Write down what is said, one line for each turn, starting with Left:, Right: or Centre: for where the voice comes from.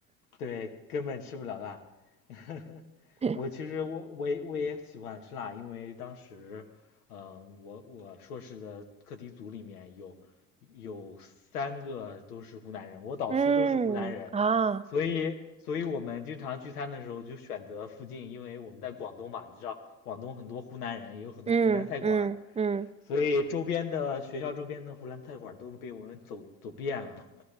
Left: 对，根本吃不了辣。<laughs>
Right: <laughs>
Left: 我其实我我也我也喜欢吃辣，因为当时，嗯，我我硕士的课题组里面有有三个都是湖南人，我导师都是湖南人，
Right: 嗯啊，
Left: 所以所以我们经常聚餐的时候就选择附近，因为我们在广东嘛，你知道广东很多湖南人，也有很多湖南菜馆儿
Right: 嗯嗯嗯，
Left: 所以周边的学校周边的湖南菜馆儿都被我们走走遍了。